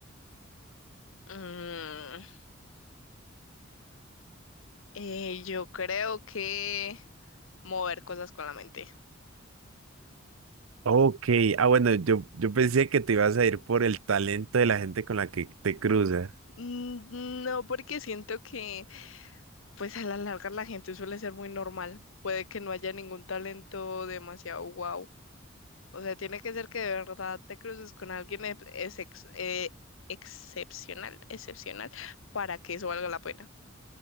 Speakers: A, on the left; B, on the right.
A: Mm, eh, yo creo que mover cosas con la mente.
B: Ok, ah bueno, yo, yo pensé que te ibas a ir por el talento de la gente con la que te cruzas.
A: Mm, No, porque siento que pues a la larga la gente suele ser muy normal. Puede que no haya ningún talento demasiado guau O sea, tiene que ser que de verdad te cruces con alguien ex- es ex- eh, excepcional, excepcional, para que eso valga la pena.